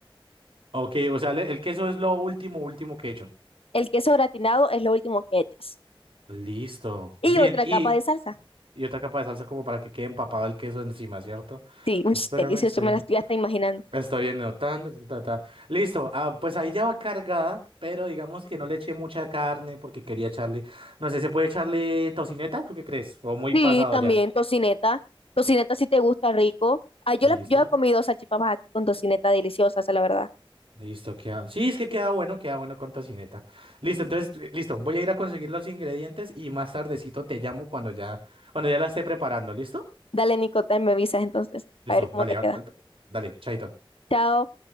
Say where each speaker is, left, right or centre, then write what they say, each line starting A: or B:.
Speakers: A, on the right (about 75°); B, on the left (about 85°).
A: Ok, o sea, le- el queso es lo último, último que he hecho.
B: El queso gratinado es lo último que echas.
A: Listo.
B: Y
A: Bien,
B: otra
A: y...
B: capa de salsa.
A: y otra capa de salsa como para que quede empapado el queso encima, ¿cierto?
B: Sí,
A: Entonces,
B: uy,
A: espérame,
B: delicioso,
A: estoy,
B: me
A: an-
B: la estoy hasta imaginando.
A: estoy anotando. ta, ta, ta. Listo, ah, pues ahí ya va cargada, pero digamos que no le eché mucha carne porque quería echarle, no sé, ¿se puede echarle tocineta? ¿Tú qué crees? O muy
B: Sí,
A: pasado
B: también
A: ya.
B: tocineta. Tocineta si te gusta rico. Ah, yo,
A: Listo,
B: la- yo he comido salchipapas aquí con tocineta deliciosas, la verdad.
A: listo, queda. Sí, es que queda bueno, queda bueno con tocineta. Listo, entonces, eh, listo, voy a ir a conseguir los ingredientes y más tardecito te llamo cuando ya, cuando ya la esté preparando, ¿listo?
B: Dale, Nico, me avisas entonces,
A: Listo,
B: a ver cómo
A: dale,
B: te
A: ahor-
B: queda.
A: ahorita- dale, chaito.
B: Chao.